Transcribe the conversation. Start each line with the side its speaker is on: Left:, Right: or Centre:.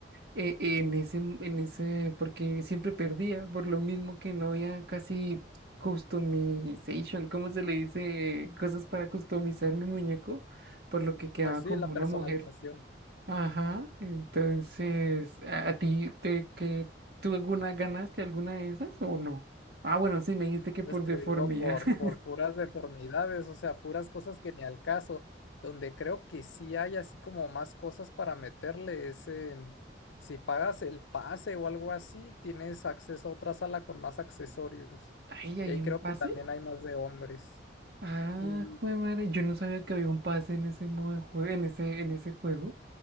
Right: eh, en ese, en ese, porque siempre perdía, por lo mismo que no había casi customization, ¿cómo se le dice? Cosas para customizar mi muñeco, por lo que quedaba
Left: Pues
Right: como
Left: sí, la
Right: una
Left: personalización.
Right: mujer. Ajá, entonces, ¿a, a ti te, que, tú alguna ganaste alguna de esas o no? Ah, bueno, sí, me dijiste que
Left: Pues
Right: por deformidad.
Left: te digo, por,
Right: <laughs>
Left: por puras deformidades, o sea, puras cosas que ni al caso, donde creo que sí hay así como más cosas para meterle es en, si pagas el pase o algo así, tienes acceso a otra sala con más accesorios.
Right: Ahí hay
Left: Y ahí
Right: un
Left: creo
Right: pase.
Left: que también hay más de hombres.
Right: Ah,
Left: Y
Right: jue madre, yo no sabía que había un pase en ese modo de juego, en ese, en ese juego.